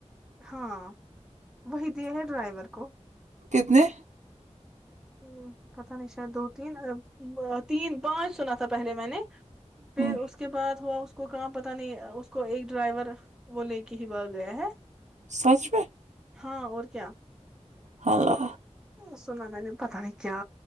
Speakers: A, in the centre; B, on the right (about 80°).
A: ہاں وہی دی ہیں ڈرائیور کو
B: کتنے
A: ہ پت نہیں شاید دو تین تین پانچ سنا تھا پہلے میں نے پھر
B: ہوں
A: اس اس کے بعد ہوا اس کو کہاں پت نہیں اس کو ایک ڈرائیور وہ لے کے ہی باگ گیا ہے
B: سچ میں
A: ہاں اور کیا
B: ہیلو
A: سنا میں نے پتا نہیں کیا